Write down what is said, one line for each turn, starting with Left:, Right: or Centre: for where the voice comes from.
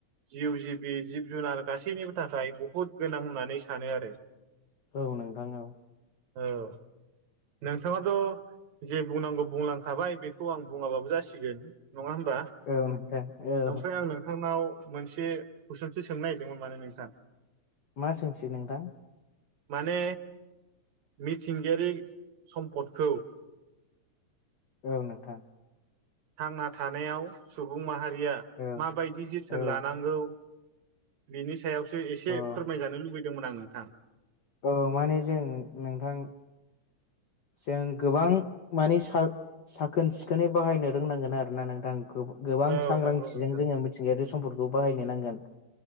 Right: जिउ जिबि जिब जुनार गासैनिबो थाखाय बहुत गोनां होननानै सानो आरो
Left: औ नोंथाङाव
Right: औ नोंथाङाथ' जे बुंनांगौ बुंलांखाबाय बेखौ आं बुङाबाबो जासिगोन नङा होमबा
Left: औ नोंथां औ
Right: ओमफ्राय आं नोंथांनाव मोनसे कुइसनसो सोंनो नागिरदोंमोन माने नोंथां
Left: मा सोंसै नोंथां
Right: माने मिथिंगायारि सम्पदखौ
Left: औ नोंथां
Right: थांना थानायाव सुबुं माहारिया
Left: औ
Right: माबायदि जोथोन
Left: औ
Right: लानांगौ बिनि सायावसो एसे
Left: अ
Right: फोरमायजानो लुबैदों होदोंमोन आं नोंथां
Left: औ माने जों नोंथां जों गोबां माने साखोन सिखोनै बाहायनो रोंनांगोन आरोोना नोंथांखौ गोबां
Right: औ
Left: सांग्रांथिजों
Right: नंगौ नोंथां
Left: जोङो मिथिंगायारि समफोरखौ बाहायनो नांगोन